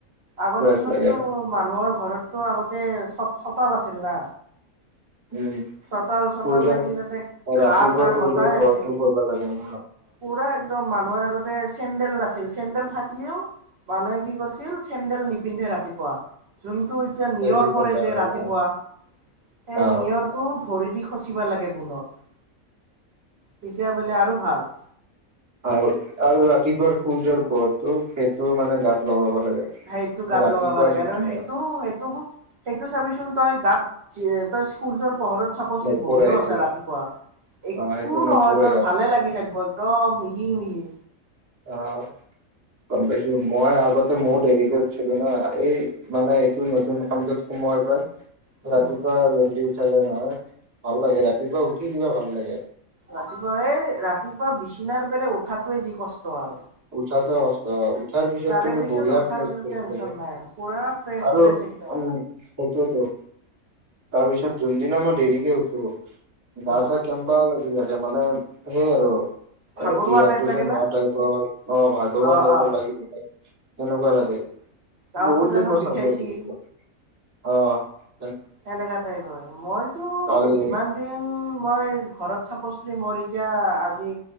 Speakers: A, on the right; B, on the right.
A: আগৰ
B: ফ্ৰেছ
A: দিনততো
B: লাগে
A: মানুহৰ ঘৰত টো আগতে, চ চতাল আছিল না।
B: উম,
A: চোতাল চোতাল
B: সূৰ্য্য
A: থাকি তাতে
B: ৰাতিপুৱাৰ
A: ঘাঁহ চাহ
B: সূৰ্য্য
A: গটাই
B: পোহৰটো
A: আছিল।
B: পৰবা লাগেই।
A: পুৰা একদম মানুহৰ আগত ইনেই আছো। চেণ্ডেল নাছিল, চেণ্ডেল থাক মানুহে কি কৰিছিল চেন্দেল নিপিন্ধে ৰাতিপুৱা, যোন যোনটো এতিয়া নিয়ৰ
B: পেঞ্চিল
A: পৰে
B: পিন্ধবা
A: যে,
B: লাগে
A: ৰাতিপুৱা সেই
B: অ
A: নিয়ৰ টো ভৰি দি খচিবা লাগে বুণত। তেতিয়া বোলে আৰু ভাল।
B: আৰু-আৰু ৰাতিপুৱাৰ সূৰ্য্য পৰহটো সেইটো মানে গাত লগাব লাগে।
A: সেইটো গাত
B: ৰাতিপুৱাৰ
A: লগাব লাগে
B: যিটো
A: আৰু সেইটো সেইটো-সেইটো চাবিচোন, তই গাত ত সূৰ্য্য পৰহত চাবচি
B: নপৰে
A: বহিও
B: সেইটো
A: আছে ৰাতিপুৱা একো
B: অ সেইটো নপৰে
A: নহয় তোৰ
B: গাত
A: ভালে লাগি থাকিব একদম মিহি-মিহি।
B: আঁ গম পাইছো মই আগতে মই দেৰিকে উঠিছিলো না এই মানে এইটো নতুন কামটোত সোমোৱাৰ পৰা।
A: উম
B: ৰাতিপুৱাই যলদি। কিয়নো নহয় ভাল লাগে ৰাতিপুৱা উঠি কিবা ভাল লাগে
A: ৰাতিপুৱা এই ৰাতিপুৱা বিচনাৰ পৰা উঠাতোৱে যি কষ্ট আৰু
B: উঠাটো কষ্ট উঠাৰ পিছত
A: তাৰে
B: কিন্তু
A: পিছত
B: বঢ়িয়া
A: উঠাৰ পিছত টেনচন
B: <unintelligible>
A: নাই আৰু পুৰা ফ্ৰেছ
B: আৰু
A: ফ্ৰেছ একদম
B: উম সেইটোৱেতো তাৰপিছত যোনদিনা মই দেৰিকে উঠো গা
A: অ,
B: ছা কেম্বা লাগি যায় এ মানে সেই আৰু
A: ভাগৰুৱা
B: এই
A: টাইপ
B: দুহাত <unintelligible>
A: লাগে না
B: অঁ ভাগৰুৱা
A: অ
B: টাইপৰ
A: অ
B: লাগিব পাৰে সেনেকোৱা লাগে
A: গাওতো
B: বহুত
A: জানো
B: দিন মই <unintelligible> চাম
A: বিষাইছি
B: গৈছো অঁ
A: সনেকা টাইপ হয় মইতো
B: কালি
A: যিমান দিন মই ঘৰত চ মোৰ এতিয়া আজি